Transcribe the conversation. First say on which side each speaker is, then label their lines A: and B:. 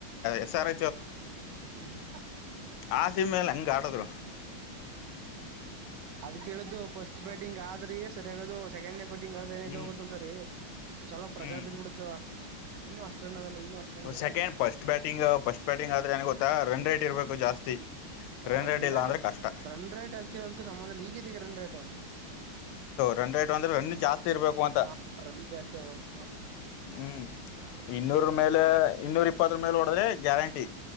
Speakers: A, on the left (about 85°); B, on the right (about 70°).
A: ಎಸ್ ಆರ್
B: ಅಂತ.
A: ಆರ್‌ಸಿಬಿ ಮೇಲೆ ಹೆಂಗ್ ಆಡುದ್ರು.
B: ಅದಕ್ಕೆ ಹೇಳದ್ದು ಫಸ್ಟು ಫಸ್ಟ್ ಬ್ಯಾಟಿಂಗ್ ಆಡಿದ್ರೇನೇ ಸರಿಯಾಗೋದು, ಸೆಕೆಂಡ್ ಬ್ಯಾಟಿಂಗ್ <unintelligible> ಏನಾಯ್ತು
A: ಹ್ಮ್
B: ಒಂದೊಂದ್ ಸರಿ. ಒಂದ್ ಸ್ವಲ್ಪ ಪ್ರೆಷರ್
A: ಹ್ಮ್
B: ಬಿದ್ಬಿಡ್ತಾವ. ಇನ್ನು ಅಷ್ಟು ರನ್ ಅದಲ್ಲ. ಇನ್ನು ಅಷ್ಟ್ ರನ್ ಅದಲ್ಲ
A: second,
B: ಅಂತ
A: first batting, first batting ಆದ್ರೆನ್ ಗೊತ್ತಾ, ರನ್ ರೇಟ್ ಇರ್ಬೇಕು ಜಾಸ್ತಿ. <unintelligible>
B: ಹ ರನ್
A: ಇಲ್ಲ
B: ರೇಟ್,
A: ಅಂದ್ರೆ ಕಷ್ಟ
B: ರನ್ ರೇಟ್ ಅದ್ಕ ಅದ್ಕ ಸಂಬಂಧ ಇಲ್ಲ <unintelligible> ರನ್ ರೇಟ್.
A: ರನ್ ರೇಟ್ ಅಂದ್ರೆ ರನ್ ಜಾಸ್ತಿ ಇರ್ಬೇಕು ಅಂತ.
B: ಹ ರನ್ ಜಾಸ್ತಿ ಆಗ್ಬೇಕು
A: ಹ್ಮ, ಇನ್ನೂರ ಮೇಲೆ, ಇನ್ನೂರ್ ಇಪ್ಪತ್ ಮೇಲೆ ಹೊಡೆದ್ರೆ ಗ್ಯಾರಂಟಿ.